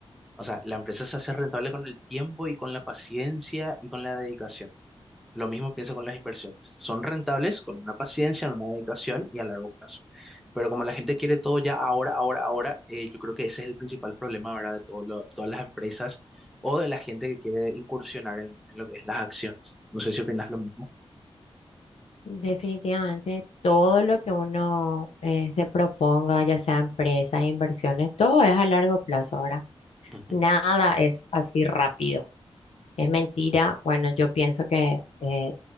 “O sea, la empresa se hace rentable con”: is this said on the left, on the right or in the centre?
Centre